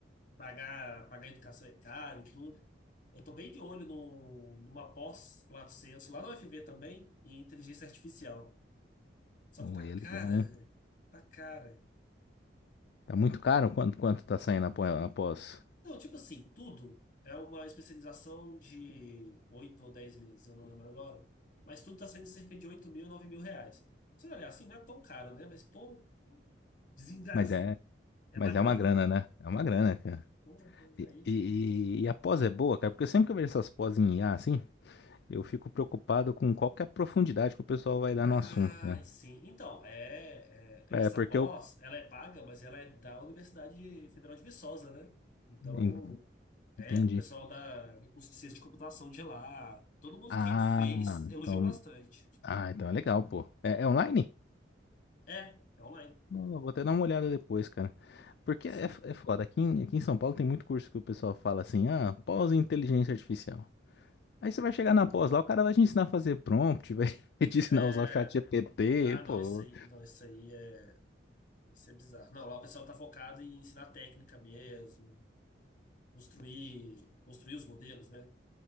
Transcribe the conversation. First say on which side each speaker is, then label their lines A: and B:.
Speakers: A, on the left; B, on the left.
A: pagar, pagar educação é caro e tudo. Eu tô bem de olho no, numa pós, Lato Senso, lá no FV também, em inteligência artificial. Só
B: Pô,
A: que tá
B: é
A: cara,
B: legal, hein?
A: velho. tá cara.
B: Tá muito caro? Quanto, quanto tá saindo após, após?
A: Não, tipo assim, tudo é uma especialização de 8 ou 10 meses, eu não lembro agora. Mas tudo tá saindo cerca de 8 mil, 9 mil reais. Se você olhar assim, não é tão caro, né? Mas, pô, desengasta.
B: Mas é,
A: É
B: mas
A: uma grana,
B: é uma grana,
A: né?
B: né? É uma grana, cara.
A: Porra,
B: E,
A: aí.
B: e, e a pós é boa, cara, porque eu sempre que eu vejo essas pós em IA, assim. Eu fico preocupado com qual que é a profundidade que o pessoal vai dar
A: Ah,
B: no assunto, né?
A: sim. Então, é, é- essa
B: É, porque
A: pós,
B: eu
A: ela é paga, mas ela é da Universidade Federal de Viçosa, né? Então,
B: en-
A: é
B: entendi.
A: com o pessoal da, do curso de ciência de computação de lá. Todo mundo
B: Ah,
A: que fez elogiou
B: então,
A: bastante.
B: ah, então é legal, pô. É, é online?
A: É, é online.
B: Não, eu vou até dar uma olhada depois, cara. Porque
A: Sim.
B: é, f- é foda. Aqui em, aqui em São Paulo tem muito curso que o pessoal fala assim, ah, pós em inteligência artificial. Aí você vai chegar na pós lá, o cara vai te ensinar a fazer prompt, vai <laughs> te ensinar
A: É,
B: a usar o chat GPT,
A: Ah,
B: pô.
A: não, isso aí, não, isso aí é, isso é bizarro. Não, lá o pessoal tá focado em ensinar técnica mesmo, construir, construir os modelos, né?